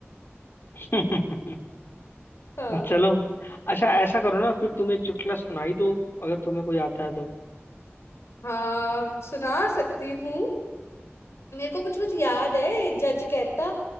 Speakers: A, on the left; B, on the left.
A: <laughs>
B: हाँ
A: चलो अच्छा ऐसा करो ना फिर तुम एक चुटकुला सुनाई दो अगर तुम्हें कोई आता है तो
B: हाँ सुना सकती हूँ मेरे को कुछ कुछ याद है जज कहता